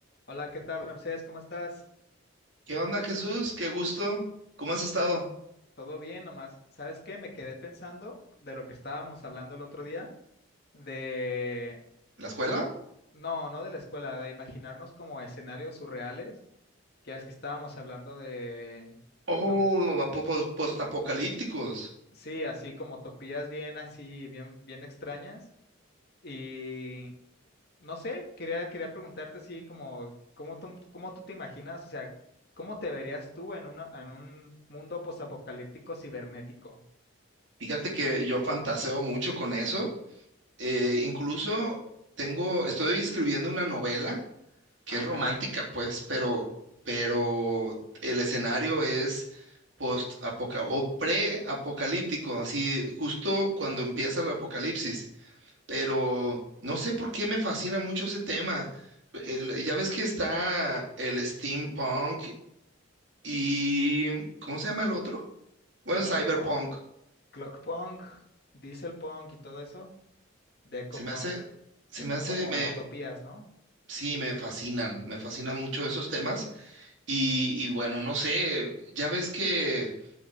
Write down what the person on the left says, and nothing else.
Hola, ¿qué tal, Ramsés? ¿Cómo estás?
¿Todo bien nomás? ¿Sabes qué? Me quedé pensando de lo que estábamos hablando el otro día, de
como, no, no de la escuela, de imaginarnos como escenarios surreales, que es que estábamos hablando de,
lo,
sí, así como utopías bien así, bien, bien extrañas, y no sé, quería, quería preguntarte así como, ¿cómo tú, cómo tú te imaginas? O sea, ¿cómo te verías tú en una, en un mundo postapocalíptico cibernético?
Ah,
caray.
Clock
Punk, Clock Punk, Diesel Punk y todo eso, Deco
Punk,
que
son
como
utopías, ¿no?